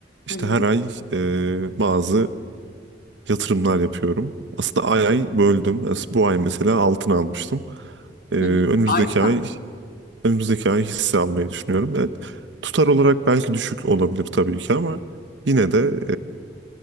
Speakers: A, on the right; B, on the left.
A: İşte
B: Hı hı,
A: her ay e, bazı yatırımlar yapıyorum. Aslında ay ay böldüm. As- Bu ay mesela altın almıştım. E, önümüzdeki
B: hı hı. Harika.
A: ay Önümüzdeki ay hisse almayı düşünüyorum. Evet, tutar olarak belki düşük olabilir tabii ki ama yine de